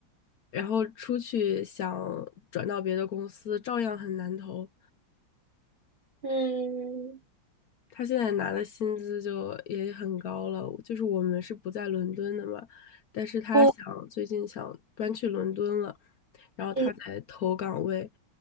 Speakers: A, on the left; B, on the right.
A: 然后出去想转到别的公司，照样很难投。
B: 嗯，
A: 他现在拿的薪资就也很高了，就是我们是不在伦敦的嘛，但是他想最近想搬去伦敦了，
B: 哦，
A: 然后他在投岗位，
B: 嗯，